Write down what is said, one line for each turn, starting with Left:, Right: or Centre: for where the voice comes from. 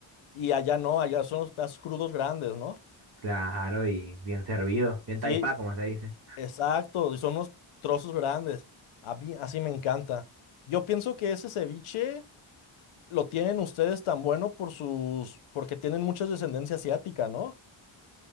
Left: y allá no, allá son los pedazos crudos grandes, ¿no?
Right: Claro, y bien servido. Bien
Left: Sí,
Right: taipá, como se dice.
Left: Exacto, y son unos trozos grandes. A mí así me encanta. Yo pienso que ese ceviche lo tienen ustedes tan bueno por sus, porque tienen mucha descendencia asiática, ¿no?